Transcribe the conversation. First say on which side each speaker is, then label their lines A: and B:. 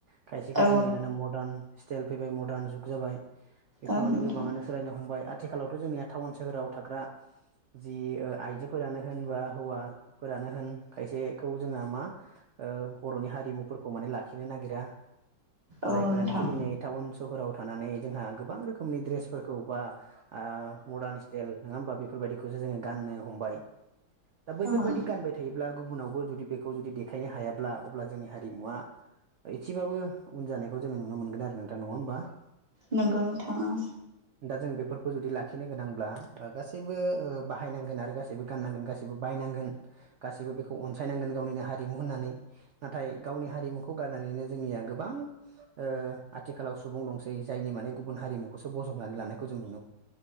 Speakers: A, on the right (about 80°); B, on the right (about 25°).
A: खायसेखौ
B: औ
A: जोंनिया दाना मदार्न स्टाइल फैबाय मदार्न जुग जाबाय बेखौ
B: औ
A: माने
B: नोंथां
A: गोबाङानो सोलायनो हमबाय आरो आथिखालावथ' जोंनिया टाउन सोहोराव थाग्रा जि ओ आइजोफोरानो होनबा हौवा फोरानो होन खायसेखौ जोंहा मा ओ बर'नि हारिमुफोरखौ माने लाखिनो नागिरा
B: औ नोंथां औ
A: जायफोरानोखि
B: नोंथां
A: दिनै टाउन सहराव थानानै जोंहा गोबां रोखोमनि ड्रेसफोरखौ बा ओ मदार्न स्टाइल नङा होमबा बेफोरबायदिखौसो जोङो गाननो हमबाय दा बैफोरबायदि
B: औ नोंथां
A: गानबाय था थायोब्ला गुबुनावबो जुदि बेखौ जुदि देखायनो हायाब्ला अब्ला जोंनि हारिमुवा एसेबाबो उन जानायखौ जोङो नुनो मोनगोन आरो नोंथां नङा होमबा?
B: नोंगौ नोंथा ओं।
A: दा जों बेफोरखौ जुदि लाखिनो गोनांब्ला ओ गासैबो ओ बाहायनांगोन आरो गासैबो गाननांगोन गासै सैबो बायनांगोन गासिबो बेखौ अनसायनांगोन गावनिनो हारिमु होननानै नाथाय गावनि हारिमु खौ गारनानैनो जोंनिया गोबां ओ आथिखालाव सुबुं दंसै जायनि माने गुबुन हारिमुखौसो बजबनानै लानायखौ जों नु